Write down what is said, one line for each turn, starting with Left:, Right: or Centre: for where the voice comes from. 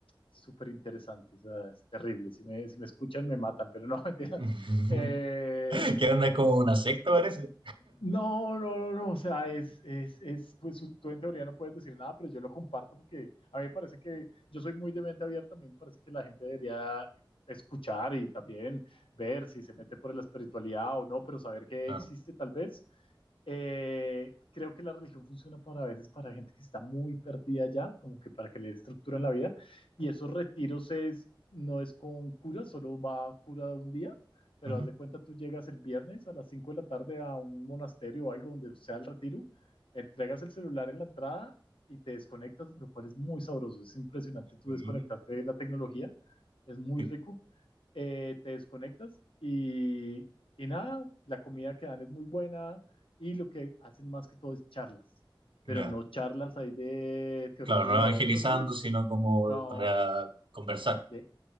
Left: súper interesante, o sea, es terrible. Si me, si me escuchan me matan, pero no, <laughs> mentiras.
Right: <laughs>
Left: Eh,
Right: ¿Qué onda? Es como una secta, parece.
Left: no, no, no, no, o sea, es, es, es, pues tú en teoría no puedes decir nada, pero yo lo comparto porque a mí me parece que yo soy muy de mente abierta, a mí me parece que la gente debería escuchar y también ver si se mete por la espiritualidad o no, pero saber que
Right: Claro.
Left: existe tal vez. Eh, creo que la religión funciona para a veces para gente que está muy perdida ya, como que para que le estructuren la vida, y esos retiros es, no es con cura, solo va a cura un día pero
Right: Ujú.
Left: haz de cuenta tú llegas el viernes a las 5 de la tarde a un monasterio o algo donde sea el retiro, entregas el celular en la entrada y te desconectas, lo cual es muy sabroso, es impresionante, tú
Right: Y-
Left: desconectaste de la tecnología, es muy
Right: y-
Left: rico, eh, te desconectas y, y nada, la comida que dan es muy buena y lo que hacen más que todo es charlas, pero
Right: ya.
Left: no charlas ahí de teología
Right: Claro, no evangelizando,
Left: o algo así,
Right: sino como
Left: no,
Right: para conversar.
Left: ye-